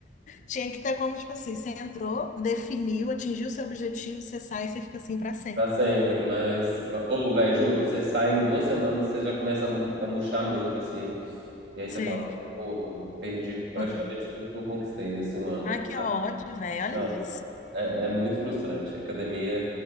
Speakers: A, on the left; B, on the right.
A: Tinha que ter como, tipo assim, você entrou, definiu, atingiu seu objetivo, você sai e você fica assim para sempre.
B: Pra sempre, mas. Ou, velho, juro, você sai em duas semanas, você já começa a mu- a murchar muito, assim. E aí
A: Sim.
B: você fala, porra, perdi praticamente
A: Uhum.
B: tudo que eu conquistei nesse um ano.
A: Ah, que
B: Ah,
A: ódio, velho. Olha
B: não,
A: isso.
B: é, é muito frustrante. Academia